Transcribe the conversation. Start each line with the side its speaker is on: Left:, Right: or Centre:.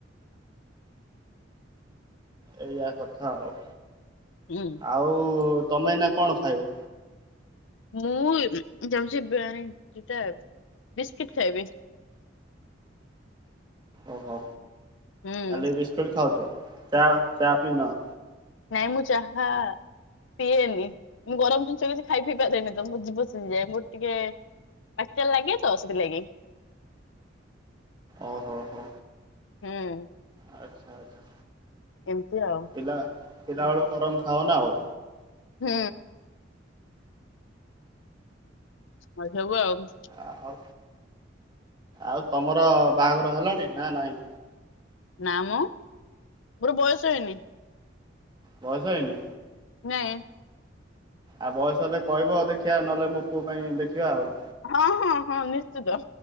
Right: ଏଇଆ କଥା ଆଉ।
Left: ହୁଁ।
Right: ଆଉ-ଉ-ଉ-ଉ-ଉ ତମେ ଏଇନା କଣ ଖାଇବ?
Left: ମୁଁ ଏ ଯାଉଚି ବ୍ୟାନ୍ ଦିଟା ବିସ୍କିଟ୍ ଖାଇବି।
Right: ଓହୋ
Left: ହୁଁ
Right: ଖାଲି ବିସ୍କିଟ୍ ଖାଉଚ ଚା ଚା ପିଉନାଅ?
Left: ନାଇଁ ମୁଁ ଚାହା ପିଏନି ମୁଁ ଗରମ ଜିନିଷ କିଛି ଖାଇ ପିଇ ପାରେନି ତ ମୁଁ ଜିଭ ସିଜି ଯାଏ ମୋର ଟିକେ ପାଚା ଲାଗେ ତ ସେଥିଲାଗି।
Right: ଓହୋ ହୋ
Left: ହୁଁ।
Right: ଆଚ୍ଛା ଆଚ୍ଛା।
Left: ଏମ୍ତି ଆଉ।
Right: ପିଲା ପିଲା ବେଳୁ ଗରମ ଖାଅନା ଆଉ।
Left: ହୁଁ। <unintelligible> ଆଉ
Right: ଆଉ ଆଉ ତମର ବାହାଗର ହେଲାଣି ନା ନାଇଁ?
Left: ନା ମ ମୋର ବୟସ ହେଇନି।
Right: ବୟସ ହେଇନି?
Left: ନାଇଁ।
Right: ଆଉ ବୟସ ହେଲେ କହିବ ଦେଖିଆ ନହେଲେ ମୋ ପୁଅ ପାଇଁ ଦେଖିବା ଆଉ।
Left: ହଁ ହଁ ହଁ ନିଶ୍ଚିତ।